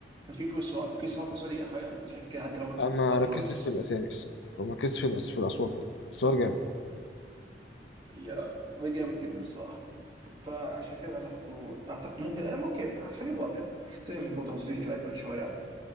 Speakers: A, on the right (about 30°); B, on the left (about 80°).
A: كان في كريس روك كريس روك بالنسبه لي حاجه مضحكه كده حتى لو
B: لا ما
A: باد
B: ركزتش
A: فويس
B: في الأسامي الصراحة أو ما ركزتش في الأس- في الأصوات أوي. بس هو جامد
A: يا جامد جدا الصراحه فعشان كده انا عايز احطه اعتقد ممكن آه، ممكن هخليه رابع احترم برضه هاوسين دراجون شويه